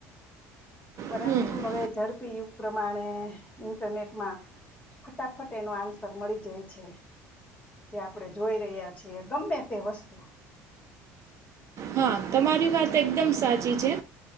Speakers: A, on the left (about 20°); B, on the right (about 50°).
A: પરંતુ
B: હમ
A: હવે ઝડપી યુગ પ્રમાણે ઈન્ટરનેટમાં ફટાફટ એનો આન્સર મળી જાય છે જે આપણે જોઈ રહ્યા છીએ ગમે તે વસ્તુ
B: હા તમારી વાત એકદમ સાચ છે